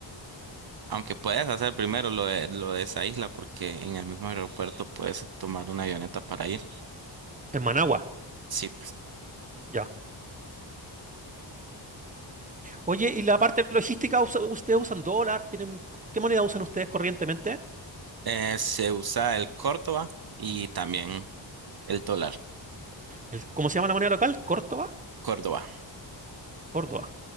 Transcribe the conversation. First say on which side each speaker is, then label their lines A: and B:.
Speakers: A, on the right; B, on the right.
A: Aunque puedes hacer primero lo de, lo de esa isla, porque en el mismo aeropuerto puedes tomar una avioneta para ir.
B: En Managua.
A: Sí.
B: Ya. Oye, ¿y la parte logística, usa- ustedes usan dólar? ¿Tienen, qué moneda usan ustedes corrientemente?
A: Eh, se usa el Córdoba y también. El dólar,
B: El- ¿cómo se llama la moneda local? ¿Córdoba?
A: Córdoba.
B: Córdoba.